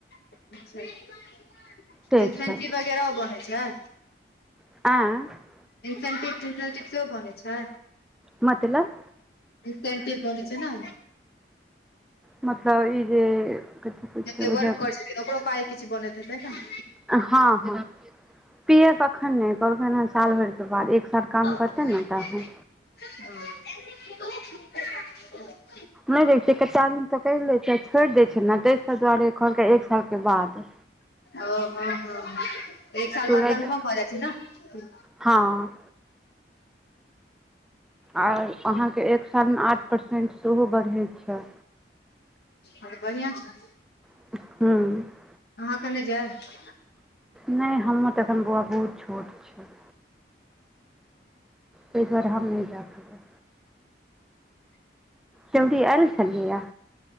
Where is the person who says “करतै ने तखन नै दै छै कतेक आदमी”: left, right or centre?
Centre